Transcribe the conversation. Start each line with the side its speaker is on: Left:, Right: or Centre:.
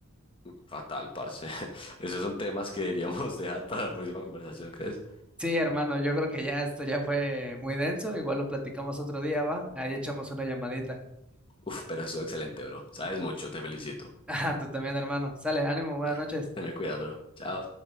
Left: fatal, parce. <laughs> Esos son temas que deberíamos <laughs> dejar para la próxima conversación, ¿crees?
Centre: Sí, hermano, yo creo que ya esto ya fue muy denso. Igual lo platicamos otro día, ¿va? Ahí echamos una llamadita. <laughs>
Left: Uf, pero estuvo excelente, bro. Sabes mucho, te felicito.
Centre: Ah, tú también, hermano. Sale, ánimo, buenas
Left: Vale,
Centre: noches.
Left: ten cuidado, bro. Chao.